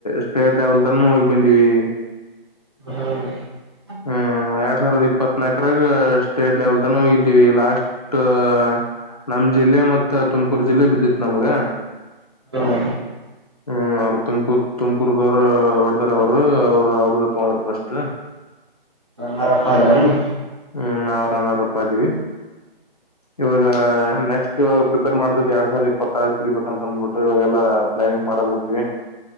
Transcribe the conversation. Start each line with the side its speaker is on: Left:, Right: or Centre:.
Left: ಸ್ಟೇಟ್ ಲೆವೆಲ್ <unintelligible> ತನೂ ಹೋಗಿ ಬಂದಿವಿ
Right: ಹಾ
Left: ಹ್ಮ ಎರಡ್ ಸಾವಿರದ ಇಪ್ಪತ್ನಾಕರಾಗ ಸ್ಟೇಟ್ ಲೆವೆಲ್ ತನ ಹ ಇದ್ದೀವಿ ಲಾಸ್ಟ್ <unintelligible> ನಮ್ ಜಿಲ್ಲೆ ಮತ್ತ ತುಮಕುರು ಜಿಲ್ಲೆ ಬಿದ್ದಿತ್ ನಮ್ಗ
Right: ಹ್ಮ
Left: <unintelligible> <inaudible> ಹ್ಮ್ ಅವ್ರರು ತುಮಕೂರ್ ತುಮಕೂರ್ದವರ ಒಡ್ದಾರ ಅವರು ಅವರು ಅವ್ರಲ್ಲ <unintelligible> ತಗೊಂಡ್ರ ಪಸ್ಟ್
Right: ಹರಪ್ಪ್ರ <unintelligible>
Left: ಹ್ಮ್ ನಾವವುರನರಪ್ಪ <unintelligible> ಇದ್ದೀವಿ ಇವಾಗ ನೆಕ್ಸ್ಟ್ ಇವಾಗ ಪ್ರಿಪೇರ್ ಮಾಡ್ತಿದ್ದ್ ಎರಡ್ ಸಾವಿರ ಇಪ್ಪಾರು <unintelligible> ವಡಿಬೇಕ ಅಂತ ಅಂದ್ಬಿಟ್ಟುವಾಗಲ್ಲ ಪ್ಲಾನಿಂಗ್ ಮಾಡಿ ಮಾಡಂತೀವಿ <unintelligible>